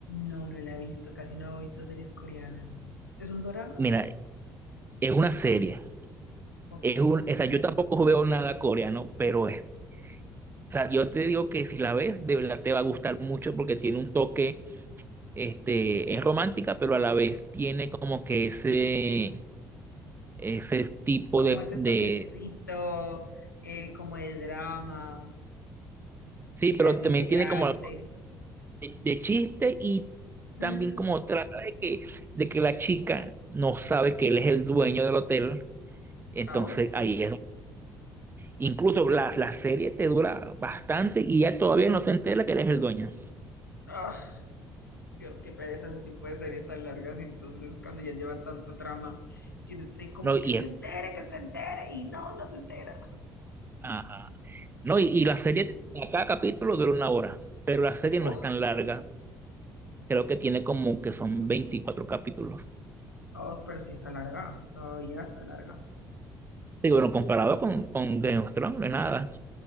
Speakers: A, on the left; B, on the right.
A: No, no la he visto. Casi no he visto series coreanas. ¿Es un dorama?
B: Mira, es una serie.
A: Ok.
B: Es un, o sea, yo tampoco veo nada coreano, pero es. O sea, yo te digo que si la ves, de verdad te va a gustar mucho porque tiene un toque, este, es romántica, pero a la vez tiene como que ese, ese tipo
A: Como
B: de,
A: ese
B: de,
A: toquecito, eh, como de drama,
B: sí, pero
A: de algo
B: también
A: integrante.
B: tiene como algo de, de chiste y
A: Mm,
B: también como
A: ok.
B: trata de que, de que la chica no sabe que él es el dueño del hotel. Entonces
A: Au.
B: ahí es Incluso la, la serie te dura bastante y ya todavía no se entera que eres el dueño.
A: Ah, Dios, qué pereza ese tipo de series tan largas. Entonces, cuando ya lleva tanta trama, yo no estoy como
B: No, y,
A: que se
B: el-
A: entere, que se entere, y no, no se entera.
B: ajá. No, y, y la serie, cada capítulo dura una hora, pero la serie
A: Oh,
B: no es tan larga. Creo que tiene como que son 24 capítulos.
A: oh, pero sí está larga, todavía está larga.
B: Sí, bueno, comparado con, con Game of Thrones, no es nada.